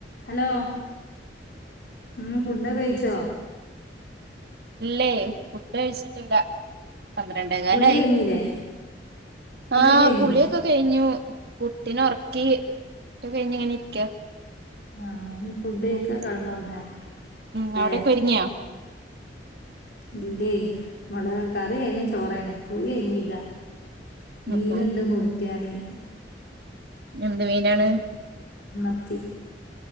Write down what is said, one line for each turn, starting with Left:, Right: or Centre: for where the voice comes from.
Left: Hello ഉം ഫുഡൊക്കെ കഴിച്ചോ
Right: ഇല്ലേ ഫുഡ് കഴിച്ചിട്ടില്ല പന്ത്രണ്ടേ കാലായി
Left: കുളി കഴിഞ്ഞില്ലേ കുളി
Right: ആഹ്
Left: കഴിഞ്ഞില്ലേ
Right: കുളിയൊക്കെ കഴിഞ്ഞു കുട്ടിനെ ഒർക്കി കുളി ഒക്കെ കഴിഞ്ഞു ഇങ്ങനെ ഇരിക്ക
Left: ആഹ് ഇഞ് ഫുഡ് കഴിക്കാ
Right: ഉം
Left: കെടന്നു ഒറങ്ങ
Right: ഉം
Left: ലെ
Right: അവിടെക്കെ ഒരുങ്ങിയോ
Left: ഇല്ലേയ് ഇവടെ കറി ആയിണ് ചോറായീണ് കുളി കയിഞ്ഞീല്ലാ
Right: ഉം
Left: മീന്
Right: ഉം
Left: ഇണ്ട് മുറിക്കാന്
Right: എന്ത് മീനാണ്
Left: മത്തി